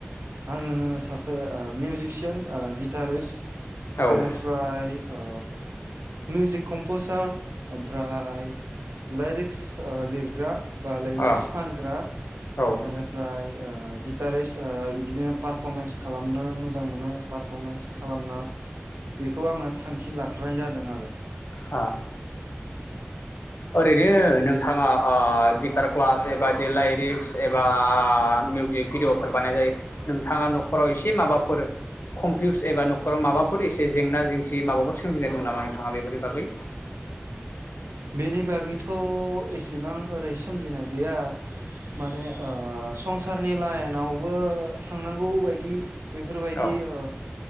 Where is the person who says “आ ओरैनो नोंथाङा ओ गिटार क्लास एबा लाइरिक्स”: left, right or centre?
Left